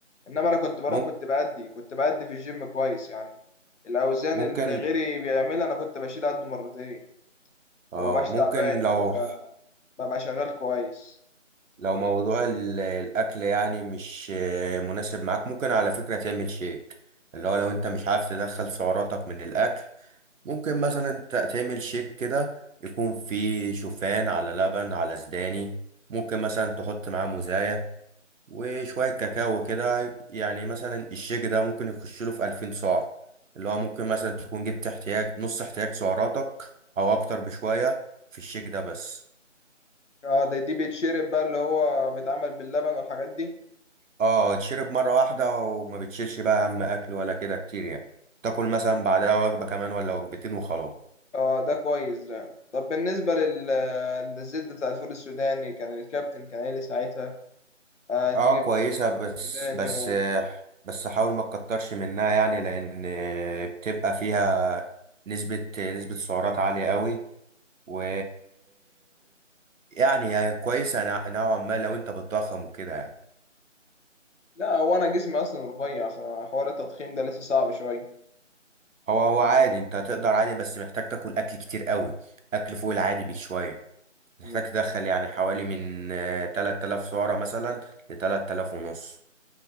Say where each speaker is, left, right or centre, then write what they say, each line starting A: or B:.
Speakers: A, on the left; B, on the right.
A: انما انا كنت بروح
B: مم-
A: كنت بأدي كنت بأدي في الجيم كويس يعني الاوزان
B: ممكن
A: اللي غيري بيعملها انا كنت بشيل قده مرتين
B: اه
A: وما بقاش
B: ممكن
A: تعبان يعني
B: لو
A: انا ببقى شغال كويس
B: لو موضوع ال- الأكل يعني مش آه، مناسب معاك ممكن على فكرة تعمل شيك اللي هو لو أنت مش عارف تدخل سعراتك من الأكل ممكن مثلا ت- تعمل شيك كده يكون فيه شوفان على لبن على سداني ممكن مثلا تحط معاه موزاية وشوية كاكاو كده يعني مثلا الشيك ده ممكن يخش له في 2000 سعر اللي هو ممكن مثلا تكون جبت احتياج نص احتياج سعراتك أو أكتر بشوية في الشيك ده بس
A: اه ده دي بيتشرب بقى اللي هو بيتعمل باللبن والحاجات دي
B: اه تشرب مرة واحدة وما بتشيلش بقى هم أكل ولا كده كتير يعني تاكل مثلا بعدها وجبة كمان ولا وجبتين وخلاص
A: اه ده كويس ده يعني طب بالنسبة لل... للزبدة بتاع الفول السوداني كان الكابتن كان قايل لي ساعتها آه
B: اه
A: تجيب
B: كويسة
A: زبدة
B: بس
A: فول سوداني
B: بس
A: ومش عارف
B: بس حاول ما تكترش منها يعني لأن بتبقى فيها نسبة نسبة سعرات عالية قوي و يعني هي كويسة نوع- نوعا ما لو انت بتضخم وكده يعني
A: لا هو أنا جسمي أصلا رفيع فحوار التضخيم ده لسه صعب شوية
B: هو هو
A: آه
B: عادي انت تقدر عادي بس محتاج تاكل أكل كتير قوي أكل فوق العادي بشوية محتاج
A: مم.
B: تدخل يعني حوالي من آه، 3000 سعرة مثلا ل 3000 ونص